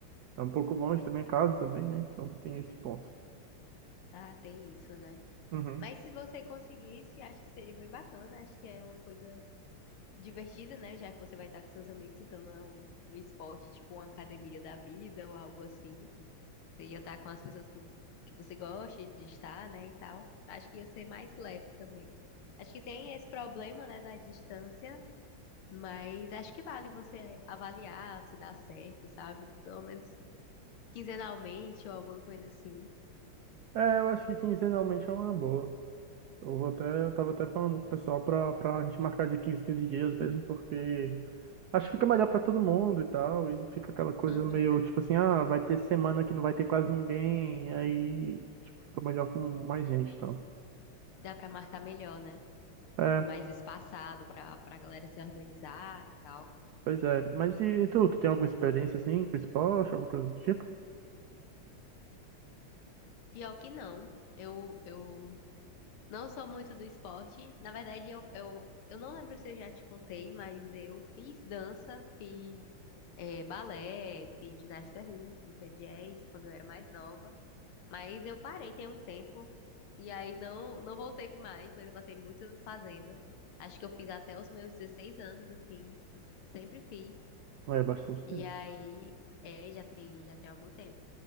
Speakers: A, on the right; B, on the left.
A: é um pouco longe da minha casa também, né? Então tem esse ponto.
B: Ah, tem isso, né?
A: Uhum.
B: Mas se você conseguisse, acho que seria bem bacana. né? Acho que é uma coisa divertida, né? Já que você vai estar com seus amigos, então não é um, um esporte tipo uma academia da vida ou algo assim. Você ia estar com as pessoas que, que você gosta de estar, né? E tal. Acho que ia ser mais leve também. Acho que tem esse problema, né, da distância, mas acho que vale você avaliar se dá certo, sabe? Pelo menos quinzenalmente ou alguma coisa assim.
A: É, eu acho que quinzenalmente é uma boa. Eu vou até, eu tava até falando com o pessoal pra, pra gente marcar de 15, 15 dias mesmo, porque acho que fica melhor pra todo mundo e tal, e não fica aquela coisa
B: Aham.
A: meio tipo assim, ah, vai ter semana que não vai ter quase ninguém, aí tipo, fica melhor com mais gente e tal.
B: Dá pra marcar melhor, né?
A: É,
B: mais espaçado pra, pra galera se organizar e tal.
A: pois é. Mas e, tu, tu tem alguma experiência assim com esporte, alguma coisa do tipo?
B: Pior que não. Eu, eu não sou muito do esporte. Na verdade, eu, eu, eu não lembro se eu já te contei, mas eu fiz dança, fiz eh, balé, fiz ginástica rítmica, jazz, quando eu era mais nova. Mas eu parei tem um tempo. E aí não, não voltei mais, mas eu passei muitos anos fazendo. Acho que eu fiz até os meus 16 anos, assim. tipo, Sempre fiz.
A: Ou É bastante
B: E
A: tempo.
B: aí, é, já tem, já tem algum tempo.